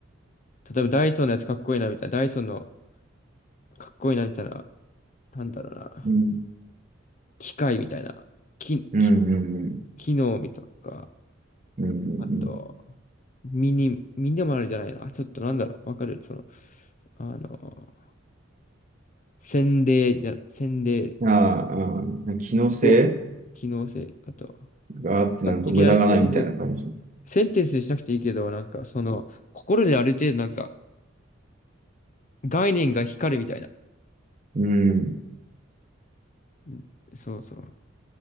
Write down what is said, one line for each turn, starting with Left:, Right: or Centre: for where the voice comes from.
Left: 例えばダイソーのやつかっこいいなみたいな、ダイソーのかっこいいなみたいな、なんだろうな。
Right: うん、
Left: 機械みたいな。き、
Right: うん、
Left: き、
Right: うん、うん、
Left: 機能みたいなか。
Right: うん、う
Left: あと、
Right: ん、
Left: ミニ、ミニもあるじゃないな。ちょっとなんだろう。わかるその、あの、洗礼じゃ、洗礼、
Right: うん、ああ、ああ機能性
Left: お、機能性、あとは、
Right: があってなんか無駄がないみたいな感じ。
Left: まあ的なね、そういう、センテンスにしなくていいけど、なんか、その、心である程度、なんか、概念が光るみたいな。
Right: うん。
Left: うんそうそう。